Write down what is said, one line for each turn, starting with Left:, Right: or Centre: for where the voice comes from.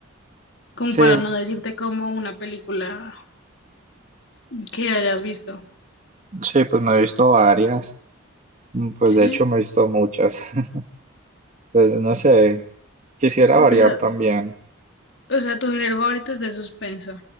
Left: como
Right: Sí,
Left: para no decirte como una película que hayas visto.
Right: sí, pues me he visto varias, Mm, pues
Left: Sí.
Right: de hecho me he visto muchas. <laughs> Pues no sé, quisiera variar
Left: O sea,
Right: también.
Left: o sea, tu género favorito es de suspenso.